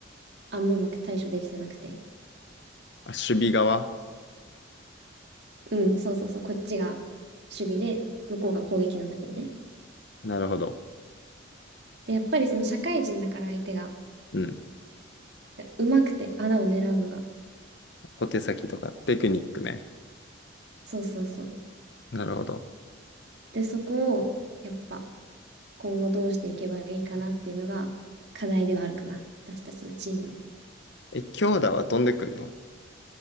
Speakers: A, on the right; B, on the left.
A: あんまうまく対処できてなくて、
B: あ、守備側
A: うん、そうそうそう、こっちが守備で、向こうが攻撃の時にね。
B: なるほど。
A: で、やっぱりその社会人だから相手が、
B: うん。
A: うまくて穴を狙うのが。
B: 小手先とかテクニックね。
A: そうそうそう。
B: なるほど。
A: で、そこをやっぱ今後どうしていけばいいかなっていうのが課題ではあるかな、私たちのチームの。
B: え、強打は飛んでくんの